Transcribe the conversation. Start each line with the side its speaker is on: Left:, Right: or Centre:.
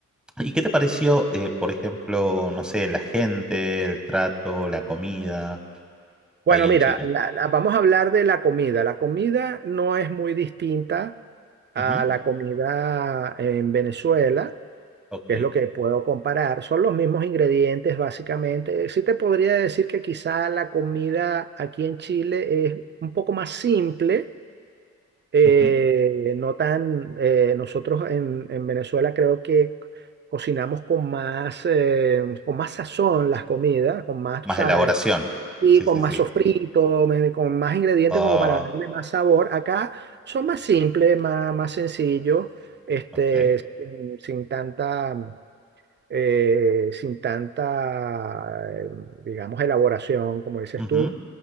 Centre: ¿y qué te pareció, eh, por ejemplo, no sé, la gente, el trato, la comida
Right: Bueno,
Centre: ahí en
Right: mira,
Centre: Chile?
Right: la- la- vamos a hablar de la comida. La comida no es muy distinta a
Centre: Ujú,
Right: la comida en Venezuela,
Centre: Ok.
Right: que es lo que puedo comparar. Son los mismos ingredientes, básicamente. Sí te podría decir que quizá la comida aquí en Chile es un poco más simple, eh,
Centre: ujú.
Right: no tan... eh, nosotros en, en Venezuela creo que cocinamos con más, eh, con más sazón las comidas, con más,
Centre: Más
Right: tú sabes
Centre: elaboración.
Right: Sí,
Centre: Sí,
Right: con
Centre: sí,
Right: más
Centre: sí.
Right: sofrito, me- con más ingredientes
Centre: Ah,
Right: como para darle más sabor. Acá son más simples, más, más sencillos, este,
Centre: ok.
Right: sin, sin tanta, eh, sin tanta, eh, digamos, elaboración, como dices
Centre: ujú,
Right: tú.